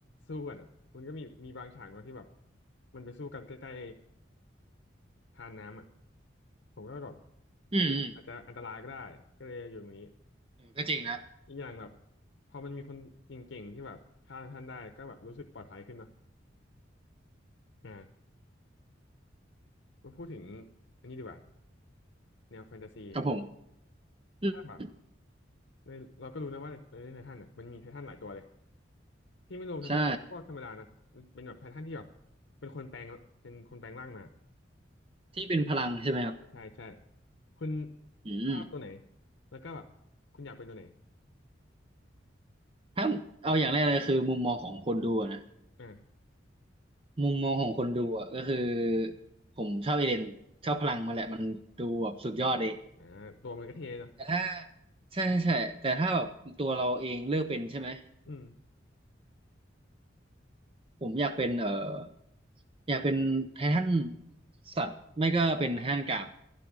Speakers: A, on the left; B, on the right.
A: สู้กันอะมันก็มีมีบางฉากเนาะที่แบบมันไปสู้กันใกล้ๆทานน้ำอะผมก็แบบ
B: อืมอืม
A: อาจจะอันตรายก็ได้ก็เลยอยู่ตรงนี้
B: เออก็จริงนะ
A: อีกอย่างแบบพอมันมีคนเก่งๆที่แบบฆ่าท่านได้ก็แบบรู้สึกปลอดภัยขึ้นเนาะอ่ามาพูดถึงอันนี้ดีกว่าแนวแฟนตาซี
B: ครับผมอืม
A: ถ้าแบบในเราก็รู้นะว่าในในไททันอ่ะมันมีไททันหลายตัวเลยที่ไม่รวมไททันพวกธรรมดานะมันเป็นแบบไททันที่แบบ
B: ใช่
A: เป็นคนแปลงเป็นคนแปลงร่างมา
B: ที่เป็นพลังใช่ไหมครับ
A: อ่ะใช่ใช่คุณ
B: อืม
A: ชอบตัวไหนแล้วก็แบบคุณอยากเป็นตัวไหน
B: ถ้าเอาอย่างแรกเลยคือมุมมองของคนดูอะนะ
A: อ่า
B: มุมมองของคนดูอ่ะก็คือผมชอบเอเลนชอบพลังมาแหละมันดูแบบสุดยอดเลย
A: อ่าตัวมันก็เท่เนาะ
B: แต่ถ้าใช่ใช่ใช่แต่ถ้าแบบตัวเราเองเลือกเป็นใช่ไหม
A: อืม
B: ผมอยากเป็นเอ่ออยากเป็นไททันสัตว์ไม่ก็เป็นไททันกราม